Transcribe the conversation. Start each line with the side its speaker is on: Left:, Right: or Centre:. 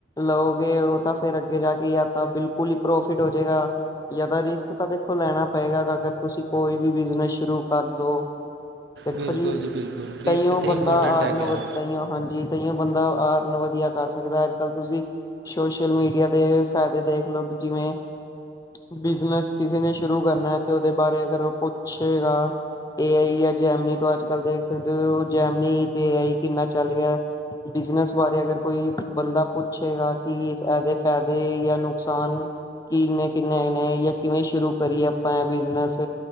Left: ਲਓਗੇ ਹੋ ਤਾਂ ਫੇਰ ਅੱਗੇ ਜਾ ਕੇ ਆ ਤਾਂ ਬਿਲਕੁਲ ਹੀ ਪ੍ਰੋਫਿਟ ਹੋ ਜਾਏਗਾ ਜਦਾ ਰਿਸਕ ਤਾਂ ਦੇਖੋ ਲੈਣਾ ਪਏਗਾ, ਅਗਰ ਤੁਸੀਂ ਕੋਈ ਵੀ ਬਿਜਨਸ ਸ਼ੁਰੂ ਕਰ ਦੋ ਦੇਖੋ
Right: ਬਿਲਕੁਲ
Left: ਜੀ
Right: ਬਿਲਕੁਲ ਰਿਸਕ
Left: ਤਈਓ
Right: ਤੇ
Left: ਬੰਦਾ
Right: ਇੰਪੋਰਟੈਂਟ
Left: ਆਰਨ
Right: ਹੈਗਾ
Left: ਵਓ ਹਾਂਜੀ ਤਹਿਯੋ ਬੰਦਾ ਅਰਨ ਵਧੀਆ ਕਰ ਸਕਦਾ, ਅੱਜ ਕੱਲ੍ਹ ਤੁਸੀਂ ਸੋਸ਼ਲ ਸੋਸ਼ਲ ਮੀਡੀਆ ਦੇ ਫਾਇਦੇ ਦੇਖ ਲਓ, ਜਿਵੇਂ ਬਿਜਨਸ ਕਿਸੇ ਨੇ ਸ਼ੁਰੂ ਕਰਨਾ ਤੇ ਉਹਦੇ ਬਾਰੇ ਅਗਰ ਉਹ ਪੁੱਛੇਗਾ ਏ ਆਈ ਯਾ ਜੈਮਨੀ ਤੋਂ ਅੱਜ ਕੱਲ ਦੇਖ ਸਕਦੇ ਹੋ, ਜੈਮਨੀ ਤੇ ਏ ਆਈ ਕਿੰਨਾ ਚੱਲ ਗਿਆ ਬਿਜਨਸ ਬਾਰੇ ਅਗਰ ਕੋਈ ਬੰਦਾ ਪੁੱਛੇਗਾ ਕਿ ਫਾਇਦੇ ਫਾਇਦੇ ਏ ਐ, ਜਾਂ ਨੁਕਸਾਨ ਕਿ ਕਿੰਨੇ ਕਿੰਨੇ ਨੇ, ਜਾਂ ਕਿਵੇਂ ਸ਼ੁਰੂ ਕਰੀਏ ਆਪਾਂ ਬਿਜਨਸ